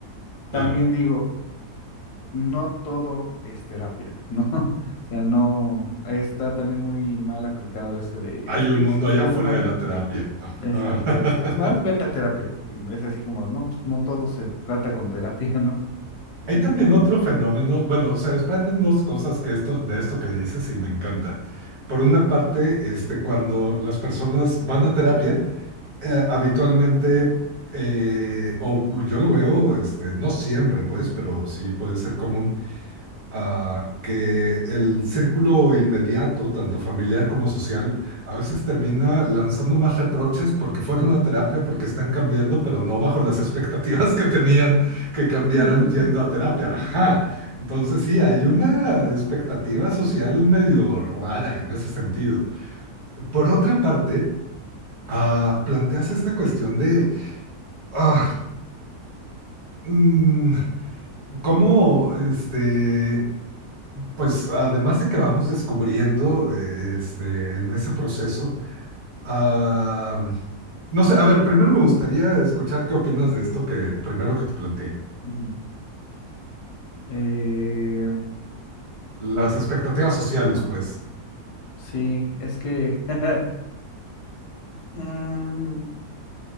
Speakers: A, on the left; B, on the right.
A: También
B: Claro,
A: digo, no todo es terapia, ¿no? <laughs> O sea, no, está también muy mal aplicado ese de,
B: hay
A: es que
B: un mundo
A: si estás
B: allá afuera
A: mal,
B: de la terapia. Ajá.
A: exacto,
B: <laughs>
A: estás mal, vete a terapia. Y no es así como, no, pues no todo se trata con terapia, <laughs> ¿no? Yo
B: Hay
A: siento
B: también
A: que...
B: otro fenómeno, bueno, se desprenden dos cosas que esto, de esto que dices y me encanta. Por una parte, este, cuando las personas van a terapia, eh, habitualmente, eh, o yo lo veo, este, no siempre, pues, pero sí puede ser común, ah, que el círculo inmediato, tanto familiar como social, a veces termina lanzando más reproches porque fueron a terapia, porque están cambiando, pero no bajo las <laughs> expectativas que tenían que cambiaran
A: <laughs>
B: yendo a terapia. Ajá. Entonces sí, hay una expectativa social medio rara en ese sentido. Por otra parte, ah, planteas esta cuestión de ah, mm, cómo este, Pues además de que vamos descubriendo eh, este, en ese proceso, ah, no sé, a ver, primero me gustaría escuchar qué opinas de esto que primero que te planteé.
A: Ujú. Eh,
B: Las expectativas sociales,
A: ajá,
B: pues,
A: sí, es que... <laughs> mm,